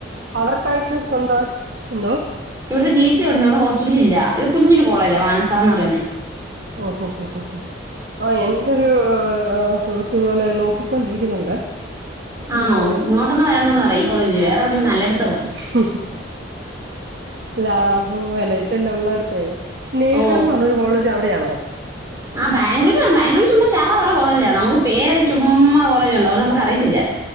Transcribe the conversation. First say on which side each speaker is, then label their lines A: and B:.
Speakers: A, on the right; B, on the right.
A: അവർക്കായിട്ട് സ്വന്തമായിട്ട് എന്തോ
B: ഇവിടത്തെ ജേച്ചിവിടന്ന് ഇവിടെ ഹോസ്പിറ്റല ഇല്ല ഇത് കുഞ്ഞൊരു കോളേജാ വാനസാ എന്ന് പറയേ
A: ഓഹോ ഹോ ഹോ ഓ എൻ ന്റെ ഒരു സുഹൃത്തു ഇതുപോലെ നോക്കിക്കൊണ്ടിരിക്കുന്നുണ്ട്
B: ആണോ
A: മോന് വേണ്ടി
B: ഇങ്ങോട്ടൊന്നന്ന് വരണ്ടന്ന്പറയ് ഈ കോളേജില് വേറെ എവിടെങ്കിലുംനല്ലേടത്ത്
A: ഹും ഹും ലാഭ വല ഇതല്ല ഉള്ള ഇടത്തേ സ്നേഹ
B: ഓ
A: എന്ന് പറഞ്ഞ ഒരു കോളേജ് അവിടെയാണോ
B: ആ ബംഗ്ലൂരു ആ ബാഗ്ലൂര് ചുമ്മ ചറ പറകോളേജ നമുക്ക് പേരൊക്കെ ചുമ്മകോളജ് ഉണ്ട് അതുകൊണ്ട്നമക്ക് അറിയത്തില്ല